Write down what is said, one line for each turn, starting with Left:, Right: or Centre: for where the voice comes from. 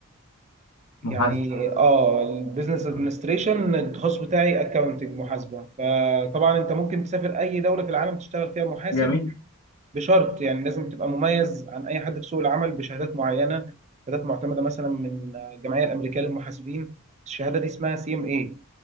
Right: يعني
Left: محاسب
Right: اه البيزنس ادمنستريشن
Left: مم.
Right: التخصص بتاعي اكاونتنج محاسبه فطبعا انت ممكن تسافر اي دوله في العالم تشتغل فيها محاسب
Left: جميل
Right: بشرط يعني لازم تبقى مميز عن اي حد في سوق العمل بشهادات معينه شهادات معتمده مثلا من الجمعيه الامريكيه للمحاسبين الشهاده دي اسمها سي ام اي